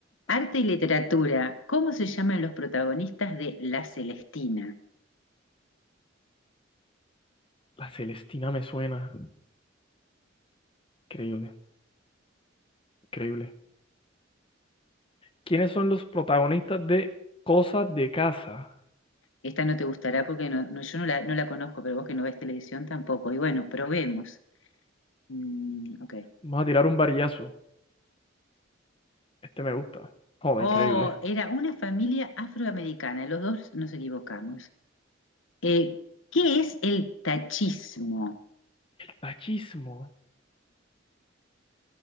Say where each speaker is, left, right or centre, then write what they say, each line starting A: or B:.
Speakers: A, on the left; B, on the left.
A: Arte y literatura. ¿Cómo se llaman los protagonistas de La Celestina?
B: La Celestina me suena. Increíble, increíble. ¿Quiénes son los protagonistas de Cosas de Casa?
A: Esta no te gustará porque no, no- yo no la, no la conozco, pero vos que no ves televisión tampoco. Y bueno, probemos. Mm, ok.
B: Vamos a tirar un varillazo. Este me gusta. Joder,
A: Oh,
B: increíble.
A: era una familia afroamericana. Los dos nos equivocamos. Eh, ¿qué es el tachismo?
B: Tachismo,